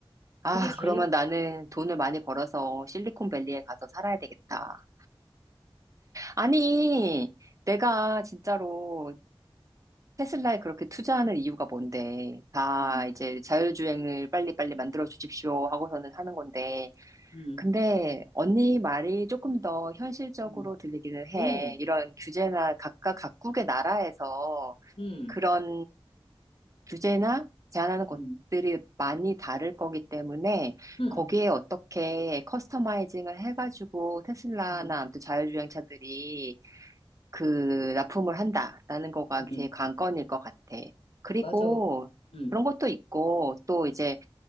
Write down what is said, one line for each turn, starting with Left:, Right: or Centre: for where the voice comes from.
Right: 아,
Left: 그게 제일
Right: 그러면 나는 돈을 많이 벌어서 실리콘밸리에 가서 살아야 되겠다. 아니, 내가 진짜로 테슬라에 그렇게 투자하는 이유가 뭔데? 다
Left: 음,
Right: 이제 자율주행을 빨리빨리 만들어 주십시오 하고서는 하는 건데.
Left: 음,
Right: 근데 언니
Left: 음,
Right: 말이 조금 더 현실적으로
Left: 음,
Right: 들리기는 해.
Left: 어,
Right: 이런 규제나 각각 각국의 나라에서
Left: 음,
Right: 그런 규제나 제한하는 것들이
Left: 음,
Right: 많이 다를 거기 때문에
Left: 음,
Right: 거기에 어떻게 커스터마이징을 해가지고 테슬라나
Left: 음,
Right: 아무튼 자율주행차들이 그 납품을 한다라는 거가
Left: 음,
Right: 제일 관건일 것 같아. 그리고
Left: 맞아. 음,
Right: 그런 것도 있고 또 이제